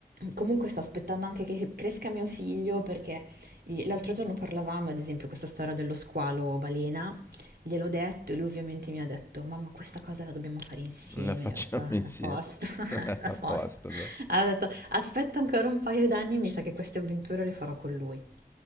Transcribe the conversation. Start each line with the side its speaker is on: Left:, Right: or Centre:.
Right: Comunque sto aspettando anche che cresca mio figlio perché gli- l'altro giorno parlavamo, ad esempio, questa storia dello squalo balena Gliel'ho detto e lui ovviamente mi ha detto: "Mamma questa cosa la dobbiamo fare insieme".
Left: La facciamo
Right: E ho detto: "Ah,
Left: <laughs> insieme.
Right: a posto, <laughs>
Left: <laughs> A
Right: a posto".
Left: posto allora.
Right: Allora ho detto: "Aspetta ancora un paio d'anni, mi sa che queste avventure le farò con lui".